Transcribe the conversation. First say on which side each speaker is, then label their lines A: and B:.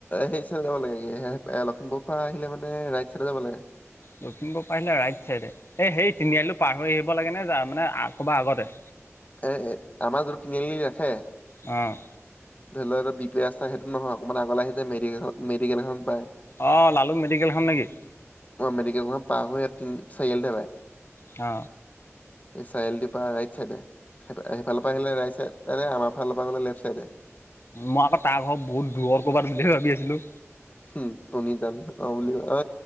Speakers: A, on the left (about 30°); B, on the left (about 55°).
A: হেৰি চাইডে যাব লাগে, কি লখিমপুৰৰ পৰা আহিলে মানে ৰাইট চাইডে যাব লাগে।
B: লখিমপুৰ পাৰিলে ৰাইট চাইডে, এই সেই তিনিআলিটো পাৰ হৈ আহিব লাগে নে, যাৰ মানে ক'ৰবাৰ আগতে?
A: এই আমাৰ যোনটো তিনিআলিত ৰাখে।
B: অ,
A: ধৰি লওঁক এটা বি, পি, ৰাস্তা সেইটো নহয়, অকণমান আগলৈ আহি যে মেডি, কাষত মেডিকেল এখন পায়।
B: অ, লালুং মেডিকেলখন নেকি?
A: অ, মেডিকেলখন পাৰ হৈ তিনি, চাৰিআলিতে পাই।
B: অ,
A: এই চাৰিআলিটোৰ পৰা ৰাইট চাইডে, সেইফালৰ পৰা আহিলে ৰাইট চাইড। তেনে, আমাৰ ফালৰ পৰা গ'লে লেফ চাইডে।
B: মই আকৌ তাৰ ঘৰত বহুত দূৰ ক'ৰবাত বুলিয়ে ভাবি আছিলো।
A: উম, <inaudible> অ, বুলি কয় অ,